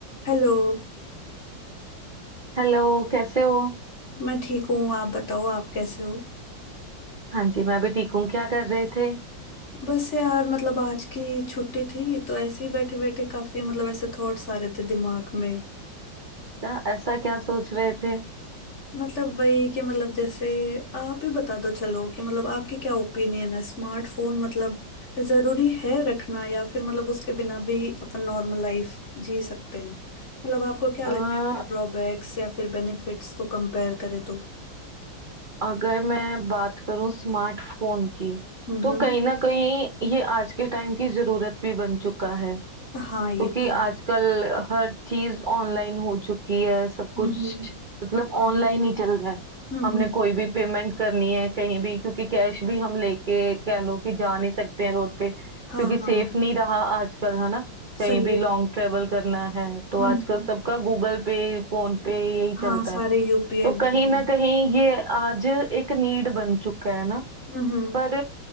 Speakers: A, on the left; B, on the right.
A: Hello
B: Hello कैसे हो
A: मैं ठीक हूँ आप बताओ आप कैसे हो
B: हाँ जी मैं भी ठीक हूँ क्या कर रहे थे
A: बस यार मतलब आज की छुट्टी थी तो ऐसे ही बैठे बैठे काफी मतलब ऐसे थॉट्स आ रहे थे दिमाग में
B: क्या- ऐसा क्या सोच रहे थे
A: मतलब वही कि मतलब जैसे आप ही बता दो चलो कि मतलब आपके क्या ओपिनियन है स्मार्टफोन मतलब जरूरी है रखना या फिर मतलब उसके बिना भी अपन नॉर्मल लाइफ जी सकते हैं मतलब आपको क्या
B: आ,
A: लगता है इसके ड्रॉबैक्स या फिर बेनिफिट्स को कंपेयर करें तो
B: अगर मैं बात करूँ स्मार्टफोन की
A: हम्म
B: तो
A: हम्म
B: कहीं ना कहीं ये आज के टाइम की जरूरत भी बन चुका है
A: हाँ
B: क्योंकि
A: ये तो है
B: आजकल हर चीज ऑनलाइन हो चुकी है सब कुछ
A: हम्म हम्म
B: मतलब ऑनलाइन ही चल रहा है
A: हम्म
B: हमने
A: हम्म,
B: कोई भी पेमेंट करनी है कहीं भी क्योंकि कैश भी हम लेके कह लो कि जा नहीं सकते हैं रोड पे क्योंकि
A: हाँ
B: सेफ
A: हाँ
B: नहीं रहा आजकल है ना कहीं
A: सही
B: भी लॉन्ग
A: है
B: ट्रेवल करना है तो
A: हम्म
B: आजकल
A: हम्म,
B: सबका गूगल पे फोन पे यही चलता
A: हाँ सारे
B: है
A: यूपीआई
B: तो
A: वगैरह
B: कहीं ना कहीं ये आज एक नीड बन चुका है ना
A: हम्म हम्म,
B: पर